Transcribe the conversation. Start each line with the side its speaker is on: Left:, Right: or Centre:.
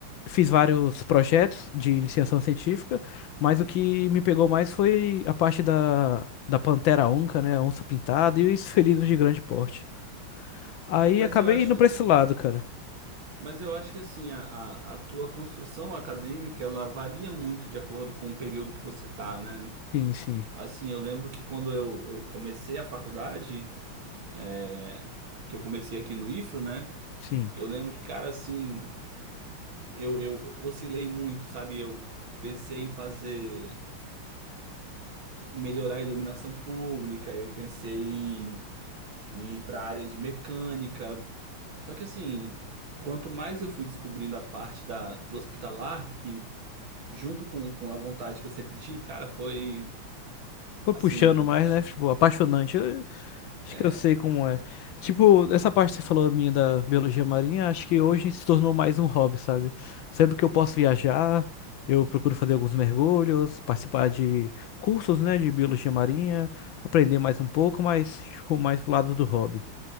Left: fiz vários projetos de iniciação científica, mas o que me pegou mais foi a parte da, da Pantera Onca, né? Onça Pintada e os felinos de grande porte. Aí
Right: Mas
Left: acabei
Right: eu acho,
Left: indo pra esse lado, cara.
Right: Mas eu acho que assim, a, a, a tua construção acadêmica, ela varia muito de acordo com o período que você tá, né?
Left: Sim, sim,
Right: Assim, eu lembro que quando eu, eu comecei a faculdade, é, que eu comecei aqui no IFRO, né?
Left: sim.
Right: Eu lembro que, cara, assim, eu, eu oscilei muito, sabe? Eu pensei em fazer, melhorar a iluminação pública, eu pensei em, em ir para a área de mecânica. Só que, assim, quanto mais eu fui descobrindo a parte da, do hospitalar, que junto com, com a vontade que eu sempre tive, cara, foi
Left: Foi
Right: assim.
Left: puxando mais, né? Tipo, apaixonante. Acho
Right: é,
Left: que eu sei como é. Tipo, essa parte que você falou minha da biologia marinha, acho que hoje se tornou mais um hobby, sabe? Sempre que eu posso viajar, eu procuro fazer alguns mergulhos, participar de cursos, né, de biologia marinha, aprender mais um pouco, mas ficou mais pro lado do hobby.